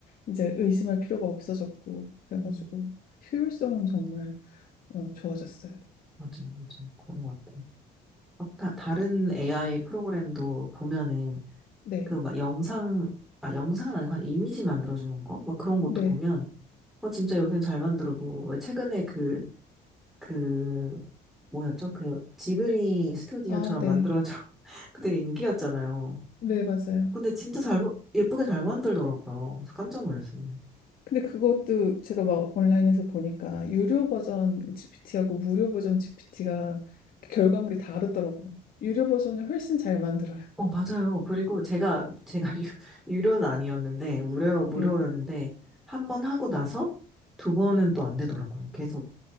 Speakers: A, on the left (about 60°); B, in the centre.
A: 이제 의심할 필요가 없어졌고 그래가지고
B: 음,
A: 효율성은 정말 어, 좋아졌어요.
B: 맞아요, 맞아요. 그런 것 같아요. 막 다, 다른 AI 프로그램도 보면은,
A: 네.
B: 그 막 영상, 아, 영상은 아니고 한 이미지 만들어주는 거? 막 그런 것도
A: 네.
B: 보면, 어, 진짜 요새는 잘 만들어도, 왜 최근에 그, 그, 뭐였죠? 그 지브리 스튜디오처럼
A: 아, 네.
B: 만들어져. <laughs> 그 되게 인기였잖아요.
A: 네, 맞아요.
B: 근데 진짜 잘, 만- 예쁘게 잘 만들더라고요. 그래서 깜짝 놀랐어요.
A: 근데 그것도 제가 막 온라인에서 보니까 유료 버전 GPT하고 무료 버전 GPT가 결과물이 다르더라고요. 유료 버전을 훨씬 잘 만들어요.
B: 어, 맞아요. 그리고 제가, <laughs> 제가 유, 유료는 아니었는데, 무료, 무료였는데,
A: 네.
B: 한 번 하고 나서 두 번은 또 안 되더라고요. 계속,